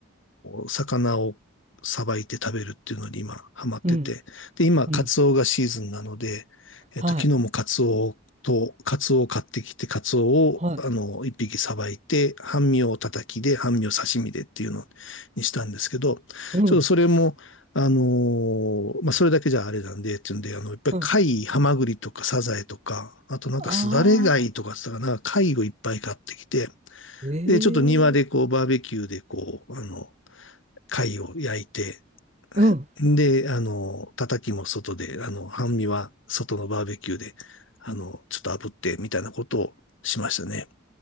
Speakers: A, on the left (about 70°); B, on the right (about 30°).
A: ー魚をさばいて食べるっていうのに今ハマってて、
B: うん、
A: で、今、
B: うん、
A: カツオがシーズンなので、えっと、
B: はい、
A: 昨日もカツオと、カツオを買ってきて、カツオを、
B: はい、
A: あの、一匹さばいて、半身を叩きで、半身を刺身でっていうのにしたんですけど、
B: うん、
A: ちょっとそれも、あのーまあ、それだけじゃあれなんで、っていうんで、あの、いっぱい貝、
B: うん。
A: ハマグリとかサザエとか、あとなんかすだれ貝とかって言ったかな、
B: あ
A: 貝をいっぱい買ってきて、
B: ー、
A: で、ちょっと庭でこう、
B: ええ
A: バーベキューでこう、あの、貝を焼いて、
B: うん。
A: で、あの、叩きも外で、あの、半身は外のバーベキューで、あの、ちょっと炙って、みたいなことをしましたね。